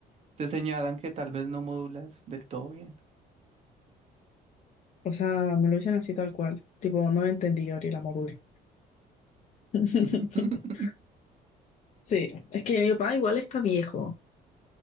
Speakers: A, on the right; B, on the left.
A: te señalan que tal vez no modulas del todo bien.
B: o sea, me lo dicen así tal cual. Tipo, no lo entendí, Gabriela Module. <laughs>
A: <laughs>
B: Sí, es que mi papá igual está viejo,